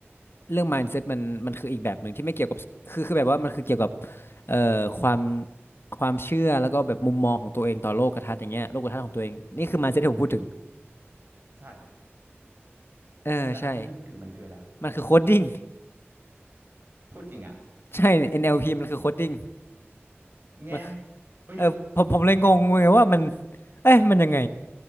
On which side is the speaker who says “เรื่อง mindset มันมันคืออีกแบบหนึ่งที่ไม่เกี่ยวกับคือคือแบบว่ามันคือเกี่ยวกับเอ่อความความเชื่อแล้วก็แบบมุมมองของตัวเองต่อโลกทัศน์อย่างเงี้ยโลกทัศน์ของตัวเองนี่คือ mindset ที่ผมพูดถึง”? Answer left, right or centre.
Left